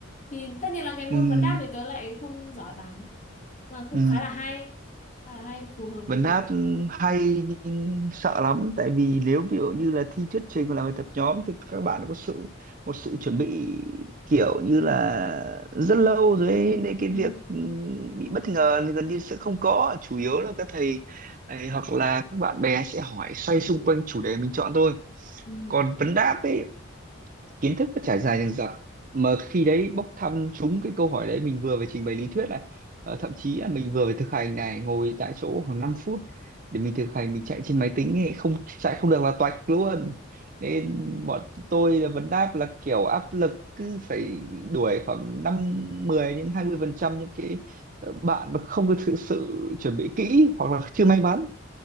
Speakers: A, on the left; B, on the right.
A: thì tất nhiên là cái môn
B: ừ
A: vấn đáp thì tớ lại không giỏi lắm mà cũng
B: ừ
A: khá là hay khá là hay phù hợp
B: vấn
A: với
B: hát
A: cái
B: hay nhưng sợ lắm tại vì nếu ví dụ như là thi thuyết trình hoặc là bài tập nhóm thì các bạn có sự một sự chuẩn bị kiểu như là rất lâu rồi ấy, nên cái
A: ừ.
B: việc ừm, bị bất ngờ thì gần như sẽ không có chủ yếu là các thầy ấy, hoặc là các bạn bè sẽ hỏi xoay xung quanh chủ đề mình chọn thôi
A: Ừ.
B: còn vấn đáp ấy kiến thức nó trải dài dằng dặc mà khi đấy bốc thăm trúng cái câu hỏi đấy mình vừa phải trình bày lý thuyết này ờ, thậm chí là mình vừa phải thực hành này ngồi tại chỗ khoảng 5 phút để mình thực hành mình chạy trên máy tính ấy, không chạy không được là toạch luôn nên bọn tôi là vấn đáp là kiểu áp lực cứ phải đuổi khoảng 5 10 đến 20 phần trăm những cái ờ, bạn mà không được thực sự chuẩn bị kỹ hoặc là chưa may mắn